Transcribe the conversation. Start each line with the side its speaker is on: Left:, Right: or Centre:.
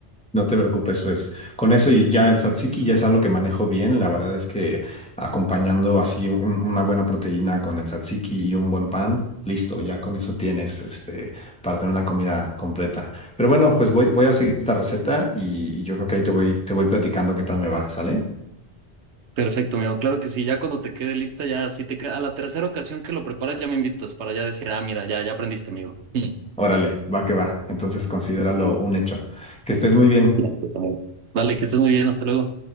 Centre: No te preocupes, pues con eso y ya el tzatziki ya es algo que manejo bien. La verdad es que acompañando así un- una buena proteína con el tzatziki y un buen pan, listo, ya con eso tienes este, para tener una comida completa. Pero bueno, pues voy, voy a seguir esta receta y, y yo creo que ahí te voy, te voy platicando qué tal me va, ¿sale?
Right: Perfecto, amigo. Claro que sí, ya cuando te quede lista, ya si te queda, a la tercera ocasión que lo preparas, ya me invitas para ya decir, ah, mira, ya, ya aprendiste, amigo. <laughs>
Centre: Órale, va que va. Entonces considéralo un hecho. Que estés muy bien.
Right: Mm. Bien, pues, amigo. Vale, que estés muy bien, hasta luego.